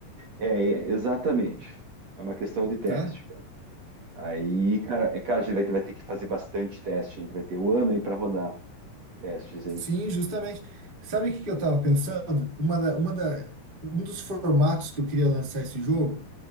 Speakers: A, on the right; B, on the right.
A: é, é, exatamente. É uma questão de teste,
B: tá?
A: cara. Aí, cara, é, cara, a gente vai ter, vai ter que fazer bastante teste, hein? Vai ter o ano aí para rodar testes,
B: Sim,
A: hein?
B: justamente. Sabe o que que eu estava pensando? Uma da, uma da, um dos formatos que eu queria lançar esse jogo,